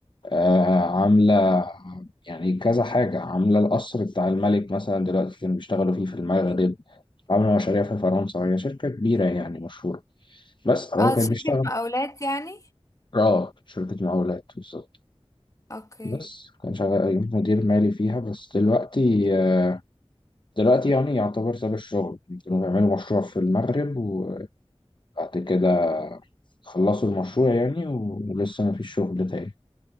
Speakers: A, on the left (about 50°); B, on the left (about 30°).
A: آه عامله يعني كذا حاجه عامله القصر بتاع الملك مثلا دلوقتي كانوا بيشتغلوا فيه في المغرب عامله مشاريع في فرنسا هي شركه كبيره يعني مشهوره بس هو
B: اه
A: كان
B: دي شركة
A: بيشتغل
B: مقاولات يعني
A: اه شركه مقاولات بالظبط
B: اوكي
A: بس كان شغال مدير مالي فيها بس دلوقتي آه، دلوقتي يعني يعتبر ساب الشغل كانوا بيعملوا مشروع في المغرب وبعد كده خلصوا المشروع يعني ولسه ما فيش شغل تاني